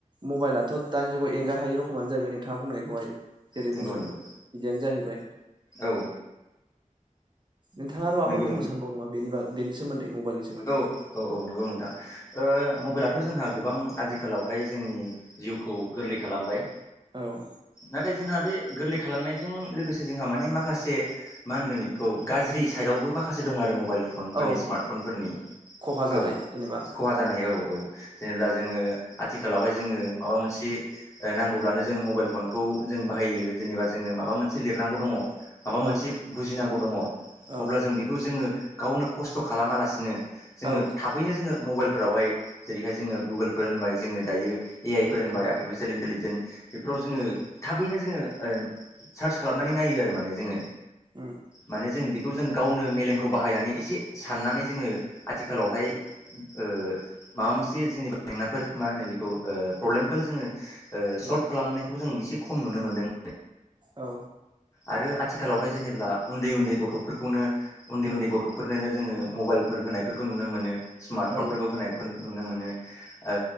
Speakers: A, on the right (about 35°); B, on the left (about 25°).
A: मबाइलाथ' दानि जुगाव एंगार हायि रखमानो जाहैबाय नों थाङा बुंनाय दहाय जेरै
B: नंगौ
A: बुंदों
B: नंगौ
A: बिदियानो जाहैबाय
B: औ
A: नोंथाङा आर' माबाफोर
B: नंगौ
A: बुंनो सानबावो बेनिबा बेनि सोमोन्दै मबाइलनि सोमोन्दै
B: औ औ नंगौ नोंथां ओ मबाइलाथ' जोंहा गोबां आजिखालावहाय जोंनि जिउखौ गोरलै खालामबाय
A: औ
B: नाथाय जोंहा बे गोरलै खालामनायजों लोगोसे जोंहा माने माखासे मा होनगोन इखौ गाज्रि साइदआवबो माखासे दं आरो मबाइल फनफोरनि
A: औ
B: स्मार्ट फनफोरनि
A: खहा जानाय
B: औ
A: जेनेबा
B: खहा जानाय औ। औ जेनेब्ला जोङो आथिखालावहाय जोङो माबा मोनसे ओ नांगौब्लानो जों मबाइल फनखौ जों बाहायो जेनेबा जोङो माबा मोनसे लिरनांगौ दङ। माबा
A: औ
B: मोनसे बुजिनांगौ दङ
A: औ
B: अब्ला जों बेखौ जोङो। गावनो खस्थ' खालामालासिनो जोङो
A: औ
B: थाबैनो जोङो मबाइलफोरावहाय जेरैहाय जोङो गुगोलफोर होनबाय जोङो दायो ए आइ फोर होनबाय
A: औ
B: आर्टिफिसियेल इन्टेलिजेन्स बेफोराव जोङो
A: उम
B: थाबैनो जोङो ओ सार्च खालामनानै नायो आरो माने जोङो
A: उम
B: माने जों बे बेखौ जों गावनो मेलेमखौ बाहायनानै एसे साननानै जोङो आथिखालावहाय ओ माबा मोनसे जोंनिबा जेंनाफोर मा होनो बेखौ ओ प्रब्लेमफोर जोङो ओ
A: उम
B: सल्भ खालामनाय खौबो जों एसे खम नुनो मोन्दों।
A: औ।
B: आरो आथिखालावहाय जेनेब्ला उन्दै-उन्दै गथ'फोरखौनो उन्दै-उन्दै
A: उम
B: गथ' फोरनोनो जोङो मबाइलफोर होनायफोरखौ नुनो मोनो स्मार्टफनफोरखौ
A: औ नोंथां
B: होनायफोर नुनो मोनो। औ